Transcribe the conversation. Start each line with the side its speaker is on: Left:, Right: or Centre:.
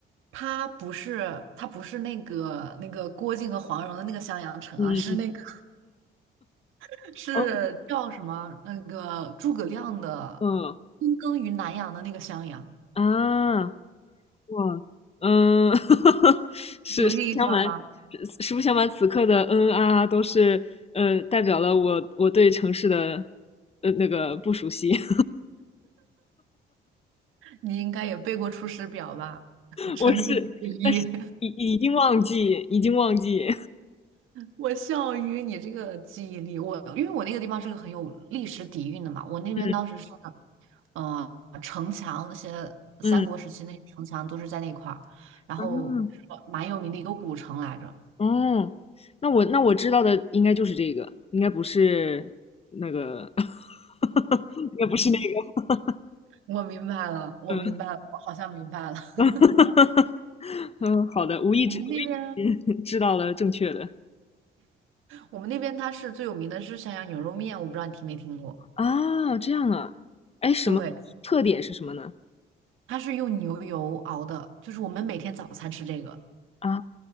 Right: 它不是，它不是那个那个郭靖和黄蓉的那个襄阳城啊，
Left: 嗯，
Right: 是那个 <laughs> 是叫什么？
Left: 哦，
Right: 那个诸葛亮的
Left: 嗯
Right: 躬耕于南阳的那个襄阳，
Left: 啊，哇，嗯，<laughs> 实实不相瞒，
Right: 有印象吗？
Left: 实实不相瞒，此刻的嗯啊啊都是嗯，呃，代表了我我对城市的，呃，那个不熟悉。<laughs>
Right: 你应该也背过《出师表》吧？<laughs> 臣本不一。
Left: 我是，但是已已经忘记，已经忘记。
Right: 我笑于你这个记忆力，我因为我那个地方是个很有历史底蕴的嘛，我那边当时是，
Left: <laughs>
Right: 呃，城墙那些三国时期那些城墙都是在那块儿，
Left: 嗯
Right: 然后是蛮有名的一个古城来着。
Left: 嗯，啊，哦，那我那我知道的应该就是这个，应该不是那个，<laughs> 应该不是那个。
Right: 我明白了，我明白了，
Left: 嗯
Right: 我好像明白了。<laughs>
Left: <laughs> 嗯，好的，无意之无意之间
Right: 我们那边，
Left: <laughs> 知道了正确的。
Right: 我们那边它是最有名的是襄阳牛肉面，我不知道你听没听过。
Left: 啊，这样啊，哎，什么特点是什么呢？
Right: 对，它是用牛油熬的，就是我们每天早餐吃这个。
Left: 啊，